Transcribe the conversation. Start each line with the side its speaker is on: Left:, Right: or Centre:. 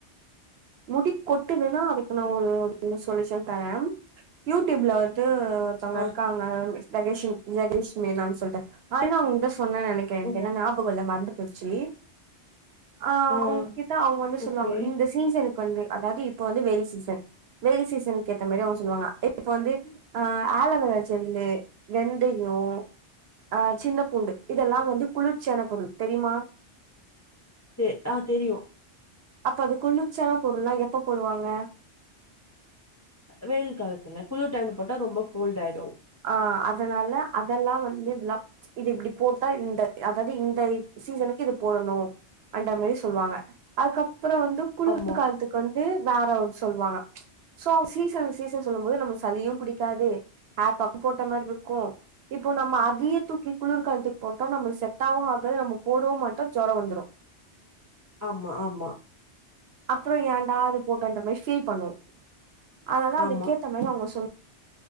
Right: முடி கொட்டுதுன்னா அதுக்கு நா ஒரு ஒரு சொல்யூஷன் தரே யூடியூப்ல வந்து ஒருத்தங்க
Left: ஆ
Right: இருக்காங்க ஜகேஷ் ஜெகேஷினி மேம்ன்னு சொல்ட்டு அதுதா உங்ககிட்ட சொன்ன நெனக்கிற எனக்கு
Left: ம்
Right: என்னன்னா ல்ல மறந்து போச்சி அவுங்
Left: ஆ
Right: கிட்ட அவுங்க வந்து சொல்லுவாங்க
Left: ஓகே
Right: இந்த சீசனு வந்து அதாவது இப்ப வந்து வெயில் சீசன் வெயில் சீசனுக்கு ஏத்த மாரி அவுங்க சொல்வாங்க இப்ப வந்து அ ஆலவேரா ஜல்லு வெந்தயோ அ சின்ன பூண்டு இதெல்லா வந்து குளிர்ச்சியான பொருள் தெரியுமா
Left: தெ அ தெரியு
Right: அப்ப அது குளிச்சியான பொருள்லா எப்ப போடுவாங்க
Left: வெயில் காலத்துல குளிர் டைம்ல போட்டா ரொம்ப கோல்டு ஆயிடு
Right: அ அதனால அதெல்லா வந்து இதுல்லா இது இப்டி போட்டா இந்த அதாவது இந்த சீசனுக்கு இது போடனு அந்த மாரி சொல்லுவாங்க அதுக்கப்றோ வந்து குளிர்
Left: ஆமா
Right: காலத்துக் வந் து வேற ஒன்னு சொல்வாங்க சோ சீசன் சீசன் சொல்லும் போது நமக்கு சளியோ புடிக்காது ஹேர் பேக்கும் போட்ட மாரி இருக்கு இப்போ நம்ம அதயே தூக்கி குளிர்காலத்துக்கு போட்ட நம்ம செட்டாகவு ஆகாது நம்ம போடவு மாட்டோ ஜோரோ வந்துறு
Left: ஆமா ஆமா
Right: அப்பறோ ஏன்டா அது போட்டன்ற மாரி ஃபீல் பண்ணுவோ அதனால
Left: ஆமா
Right: அதுக்கேத்த மாரி அவுங்க சொல்